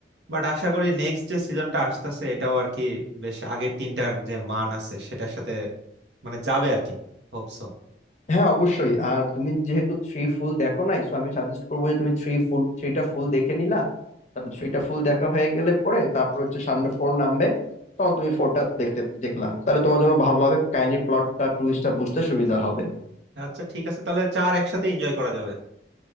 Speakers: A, on the right; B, on the left.
A: বাট আশা করি নেক্সট যে সিজনটা আসতেছে এটাও আর কি বেশ আগের তিনটার যে মান আছে সেটার সাথে মানে যাবে আর কি হোপসো
B: হ্যাঁ অবশ্যই আর তুমি যেহেতু থ্রি ফুল দেখো নাই সো আমি সাজেস্ট করবো যে তুমি থ্রি ফুল থ্রিটা ফুল দেখে নিলা তারপর থ্রিটা ফুল দেখা হয়ে গেলে পরে তারপর হচ্ছে সামনে ফোর নামবে তখন তুমি ফোরটা দেখতে দেখলা তাহলে তোমার জন্য ভালো হবে কাহিনী প্লটটা টুইস্টটা বুঝতে সুবিধা হবে
A: আচ্ছা ঠিক আছে তাহলে চার একসাথে এনজয় করা যাবে